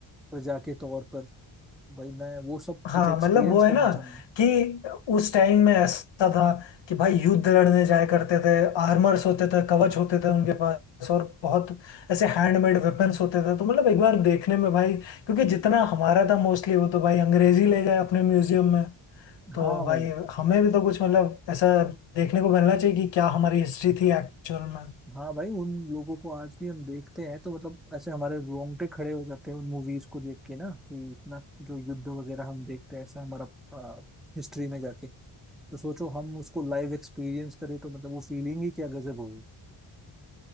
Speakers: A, in the centre; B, on the left.
A: प्रजा के तौर पर भाई मैं वो सब
B: हाँ
A: कुछ एक्सपीरियंस
B: मतलब वो है
A: करना
B: ना
A: चाहूंगा
B: कि उस टाइम में ऐसा था कि भाई युद्ध लड़ने जाया करते थे आर्मर्स होते थे कवच होते थे उनके पास और बहुत ऐसे हैंडमेड वेपन्स होते थे तो मतलब एक बार देखने में भाई क्योंकि जितना हमारा था मोस्टली वो तो भाई अंग्रेजी ले गए अपने म्यूजियम में तो
A: हाँ
B: भाई
A: भाई
B: हमें भी तो कुछ मतलब ऐसा देखने को मिलना चाहिए कि क्या हमारी हिस्ट्री थी एक्चुअल में
A: हाँ भाई उन लोगों को आज भी हम देखते हैं तो मतलब ऐसे हमारे रोंगटे खड़े हो जाते हैं उन मूवीज को देख के ना कि इतना जो युद्ध वगैरह हम देखते हैं ऐसा हमारा हिस्ट्री में जाके तो सोचो हम उसको लाइव एक्सपीरियंस करें तो मतलब वो फीलिंग ही क्या गजब होगी